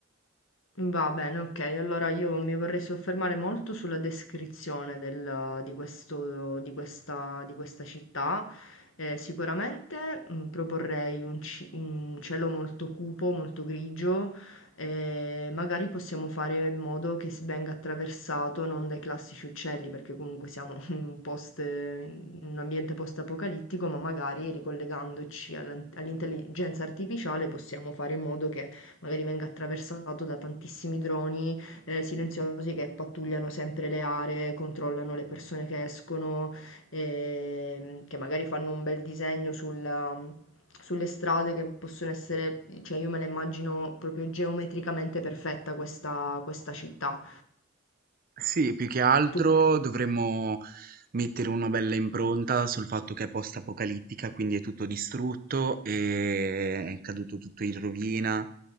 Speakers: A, on the left (about 70°); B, on the right (about 45°).
A: Va bene, ok. Allora io mi vorrei soffermare molto sulla descrizione del- di questo- di questa, di questa città. Eh, sicuramente mm, proporrei un, ci- un cielo molto cupo, molto grigio. eh, magari possiamo fare in modo che si venga attraversato non dai classici uccelli, perché comunque siamo <laughs> in un post- in un ambiente post-apocalittico, ma magari ricollegandoci all'an- all'intelligenza artificiale possiamo fare in modo che magari venga attraversato da tantissimi droni eh, silenziosi che pattugliano sempre le aree, controllano le persone che escono, ehm, che magari fanno un bel disegno sulla- sulle strade che possono essere, cioè io me la immagino proprio geometricamente perfetta questa, questa città.
B: Sì, più che altro
A: Tu-
B: dovremmo Mettere una bella impronta sul fatto che è post-apocalittica, quindi è tutto distrutto, e è caduto tutto in rovina